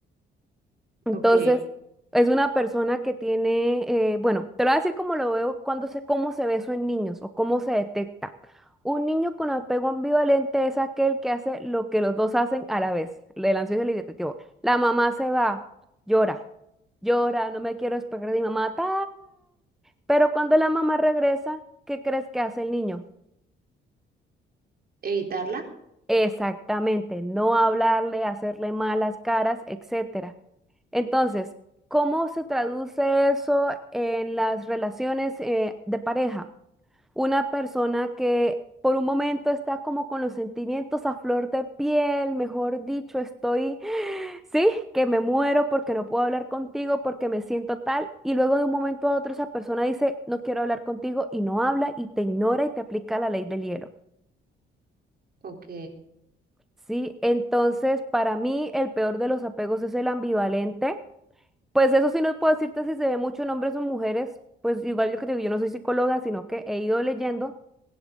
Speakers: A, in the centre; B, on the right.
A: Entonces,
B: Ok.
A: es una persona que tiene, eh, bueno, te lo voy a decir cómo lo veo, cuando sé cómo se ve eso en niños o cómo se detecta. Un niño con apego ambivalente es aquel que hace lo que los dos hacen a la vez, el ansioso y el hiperactivo. La mamá se va, llora, llora, no me quiero despegar de mi mamá, ta. Pero cuando la mamá regresa, ¿qué crees que hace el niño?
B: ¿Evitarla?
A: Exactamente, no hablarle, hacerle malas caras, etcétera. Entonces, ¿cómo se traduce eso en las relaciones eh, de pareja? Una persona que por un momento está como con los sentimientos a flor de piel, mejor dicho, estoy, <gasps> sí, que me muero porque no puedo hablar contigo, porque me siento tal, y luego de un momento a otro esa persona dice, no quiero hablar contigo y no habla y te ignora y te aplica la ley del hielo.
B: Ok.
A: Sí, entonces para mí el peor de los apegos es el ambivalente. Pues eso sí no puedo decirte si se ve mucho en hombres o mujeres, pues igual yo que te digo, yo no soy psicóloga, sino que he ido leyendo